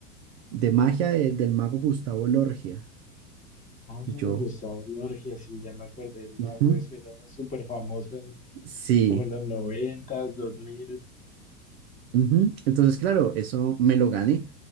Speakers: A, on the right; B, on the left.
A: de magia de- del mago Gustavo Lorgia.
B: Ah,
A: Y
B: Gustavo
A: yo,
B: Lorgia, sí, ya me acordé, el mago
A: "Ujú,
B: ese era súper famoso en
A: sí.
B: como en los noventas, dos mil.
A: Ujú. Entonces, claro, eso me lo gané.